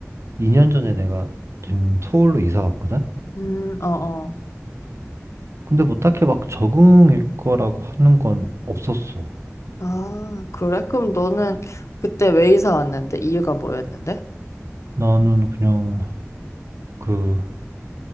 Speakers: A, on the right (about 60°); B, on the left (about 70°).
A: 2년 전에 내가 지금 서울로 이사 왔거든?
B: 음, 어, 어.
A: 근데 뭐 딱히 막 적응일 거라고 하는 건 없었어.
B: 아, 그래? 그럼 너는 그때 왜 이사 왔는데? 이유가 뭐였는데?
A: 나는 그냥 그